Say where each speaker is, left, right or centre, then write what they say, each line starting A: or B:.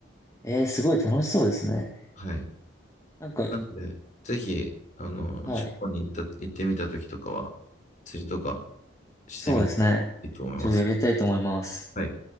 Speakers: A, on the left (about 15°); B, on the left (about 40°).
A: えーすごい楽しそうですね。
B: はい。
A: なんか、
B: なので、ぜひ、あの、
A: はい。
B: 地方に行った、行ってみた時とかは、釣りとかしてみて
A: そうですね。
B: いいと思います。
A: ちょっとやりたいと思います。
B: はい。